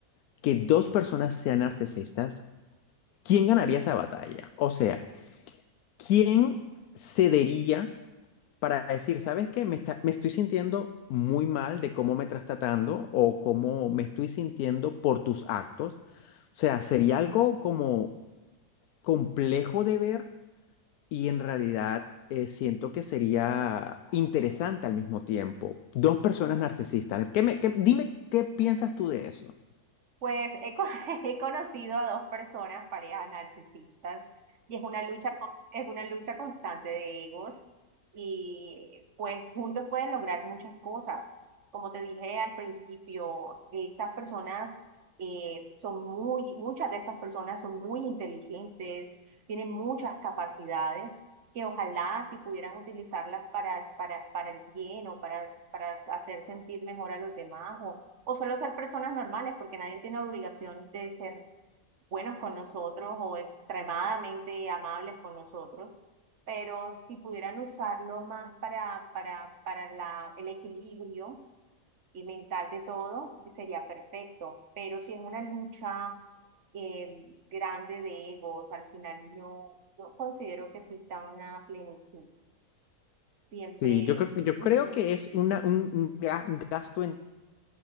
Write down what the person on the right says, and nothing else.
Pues he, co- <laughs> he conocido a dos personas, parejas narcisistas, y es una lucha, co- es una lucha constante de egos, y pues juntos pueden lograr muchas cosas. Como te dije al principio, estas personas eh, son muy, muchas de estas personas son muy inteligentes, tienen muchas capacidades que ojalá si pudieran utilizarlas para, para, para el bien o para, para hacer sentir mejor a los demás o solo ser personas normales, porque nadie tiene obligación de ser buenos con nosotros o extremadamente amables con nosotros. Pero si pudieran usarlo más para, para, para la, el equilibrio y mental de todo, sería perfecto. Pero si es una lucha eh, grande de egos, al final no, no considero que exista una plenitud. Siempre,
<laughs> ujú,